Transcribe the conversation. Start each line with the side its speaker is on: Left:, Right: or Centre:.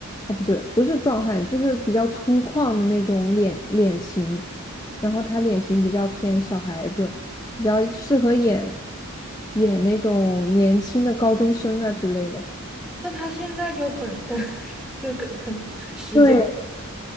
Left: 啊、不是不是壮汉，就是比较粗犷的那种脸脸型，然后他脸型比较偏小孩子，比较适合演演那种年轻的高中生啊之类的。
Centre: 那他现在就很 <laughs> 这个很时间，
Left: 对。